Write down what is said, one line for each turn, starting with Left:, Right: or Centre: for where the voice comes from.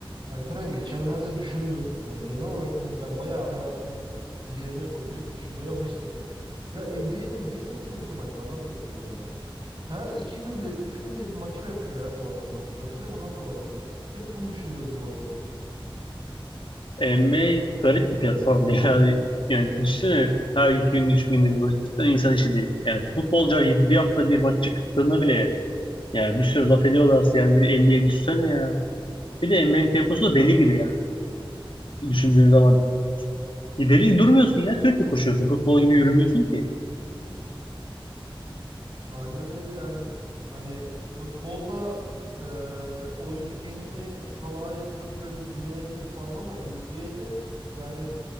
Right: Alperen geçenlerde düşündüm. Yani genel olarak bunu ben bayağı hayatımın bir yerine koydum. Hep düşünmeye <laughs> başladım. Ya NBA'de niye 82 maç var lan tek sezonda? Her iki günde, üç günde bir maçı yapıyor ya bu adamlar. Makine mi lan bu adamlar? Hep bunu düşünüyorum bu aralar.
Left: NBA garip bir platform ya. <laughs> Yani yani düşünsene her iki gün, üç günde bir maç. Cidden insan işi değil. Yani futbolcular yedi- bir hafta bir maç çıktığında bile yani bir sürü laf ediyorlarsa yani bir NBA'yi düşünsene ya. Bir de NBA'nin temposu
Right: Ya
Left: da deli gibi yani düşündüğün zaman. Bir Deli durmuyorsun ya sürekli koşuyorsun. Futbol gibi yürümüyorsun ki.
Right: aynen öyle yani. Hani futbolda e, oyuncu kendini salağa yatırıp böyle dinlenebilir falan ama NBA'de yani